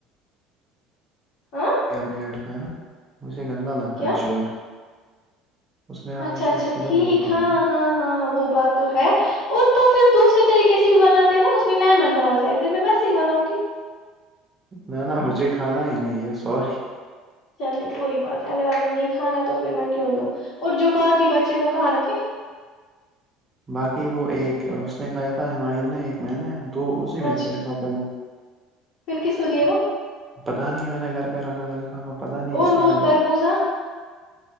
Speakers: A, on the left; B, on the right.
A: <inaudible>
B: اپنے نیٹ پہنا مجھے گندا لگتا
A: کیا
B: ہے شوگر اس میں آپ
A: اچھا
B: نے
A: اچھا
B: شاید شوگر
A: ٹھیک
B: بھی ایڈ کیا
A: ہاں
B: تھا
A: ہاں ہاں وہ بات تو ہے اور تو پھر دوسرے طریقے سے بھی بناتے ہیں نا اس میں لیمن ڈالتے ہیں پھر میں ویسے ہی بناوں گی
B: نہ نہ مجھے کھانا ہی نہیں ہے سوری
A: چلے کوئی بات نہیں اگر آپ کو نہیں کھانا تو پھر میں کیوں دوں اور جو باقی بچے وہ کہاں رکھے
B: باقی وہ ایک اس نے کھایا تھا ہمایوں نے ایک میں نے دو اسی میں
A: اچھا
B: تھے لفافے میں
A: پھر کس کو دیے وہ
B: پتہ نہیں میں نے گھر پے رکھا تھا لفافہ پتہ نہیں
A: اور
B: کس نے
A: وہ
B: کھایا
A: تربوزہ